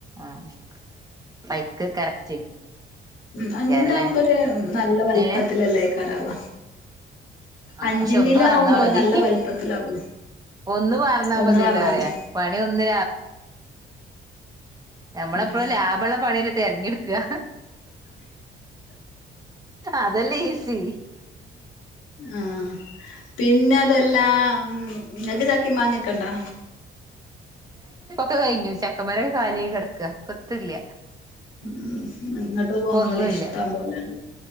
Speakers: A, on the right; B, on the left.
A: ആഹ ബൈക്ക് കറക്റ്റ്
B: ഉ അഞ്ചിറ
A: ക്കാരല്ലേ
B: ആവുമ്പോ ഒരു നല്ല വലപ്പത്തിലല്ല
A: ഏഹ്
B: ആക്കാറാവ
A: ആഹ്
B: അഞ്ചിറല
A: പക്ഷെ ഒന്ന് വാർന്നാ
B: ആകുമ്പോളെ
A: മതി
B: നല്ല വലപത്തിലാവല്ല
A: ഒന്ന് വാർന്നാ
B: ഒന്ന്
A: മതിയല്ലോ
B: പറഞ്ഞാൽ
A: പറയാ
B: മതി
A: പണി ഒന്ന് ഞമ്മള
B: ഉം
A: എപ്പോഴും ലാഭമുള്ള പണില്ല തിരഞ്ഞെടുക്കുക അതെല്ല ഈസി
B: ആഹ പിന്നെ അതെല്ലാ ഉ നഗ ചാക്കി മാങ്ങക്കണ്ടോ
A: കഴഞ്ഞുച്ച അക്ക മരം കാലി കിടക്കുക പത്തല്ല
B: ഉം ഇങ്ങട്ട്
A: ഇപ്പൊ
B: പോന്നോളി
A: ഒന്നുംല്ല
B: ഇഷ്ടം പോലെണ്ട്